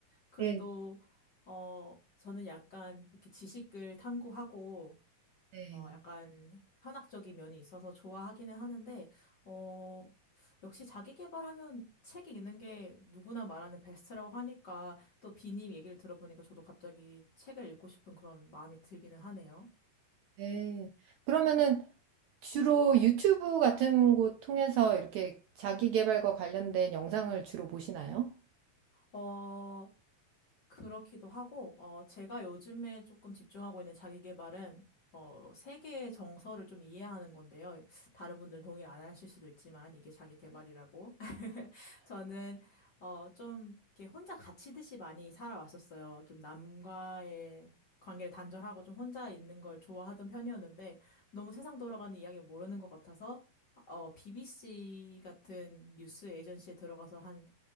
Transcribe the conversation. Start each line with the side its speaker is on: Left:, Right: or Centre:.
Left: 그래도,
Right: 네,
Left: 어, 저는 약간 이렇게 지식을 탐구하고,
Right: 네.
Left: 어, 약간 현학적인 면이 있어서 좋아하기는 하는데, 어, 역시 자기 개발하면 책이 있는 게 누구나 말하는 베스트라고 하니까 또 비님 얘기를 들어보니까 저도 갑자기 책을 읽고 싶은 그런 마음이 들기는 하네요.
Right: 네. 그러면은 주로 유튜브 같은 곳 통해서 이렇게 자기 개발과 관련된 영상을 주로 보시나요?
Left: 어, 그렇기도 하고, 어, 제가 요즘에 조금 집중하고 있는 자기 개발은 어, 세계의 정서를 좀 이해하는 건데요. 다른 분들은 동의를 안 하실 수도 있지만 이게 자기 개발이라고. 저는 어 좀 이렇게 혼자 같이듯이 많이 살아왔었어요. 좀 남과의 관계를 단절하고 좀 혼자 있는 걸 좋아하던 편이었는데 너무 세상 돌아가는 이야기를 모르는 것 같아서 어 BBC 같은 뉴스 에이전시에 들어가서 한